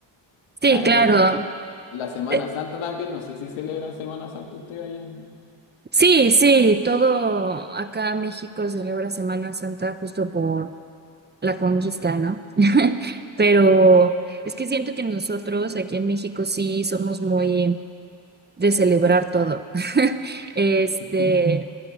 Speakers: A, on the right; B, on the left.
A: Sí,
B: Ah,
A: claro.
B: y lo otro, la Semana
A: Eh,
B: Santa también. No sé si celebran Semana Santa ustedes allá.
A: Sí, sí, todo acá en México celebra Semana Santa justo por la conquista, ¿no? <laughs> Pero es que siento que nosotros aquí en México sí somos muy de celebrar todo. <laughs> Este,
B: <laughs>